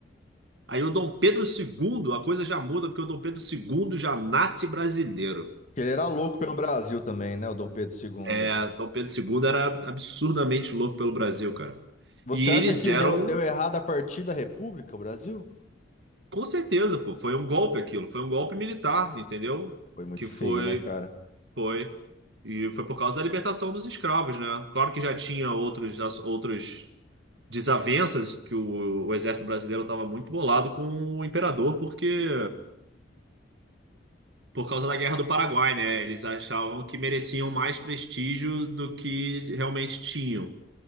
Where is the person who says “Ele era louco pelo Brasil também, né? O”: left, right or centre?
Left